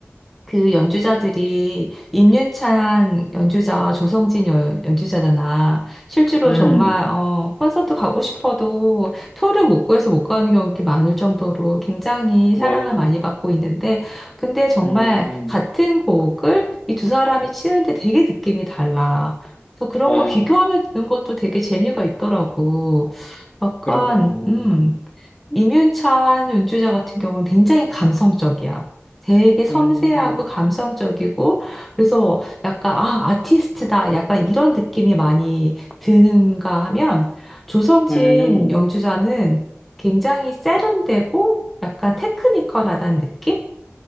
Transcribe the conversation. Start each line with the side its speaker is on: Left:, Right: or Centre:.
Centre: 그 연주자들이 임윤찬 연주자와 조성진 여- 연주자잖아. 실제로
Left: 음.
Centre: 정말 어, 콘서트 가고 싶어도 표를 못 구해서 못 가는 경우가 많을 정도로 굉장히 사랑을
Left: 와,
Centre: 많이 받고 있는데, 근데 정말
Left: 음,
Centre: 같은 곡을 이 두 사람이 치는데 되게 느낌이 달라. 그래서 그런
Left: 와,
Centre: 거 비교하면 듣는 것도 되게 재미가 있더라고. 약간,
Left: 그렇구나.
Centre: 음. 임윤찬 연주자 같은 경우는 굉장히 감성적이야. 되게 섬세하고
Left: 음,
Centre: 감성적이고, 그래서 약간, 아, 아티스트다. 약간 이런 느낌이 많이 드는가 하면, 조성진
Left: 음,
Centre: 연주자는 굉장히 세련되고, 약간 테크니컬하다는 느낌?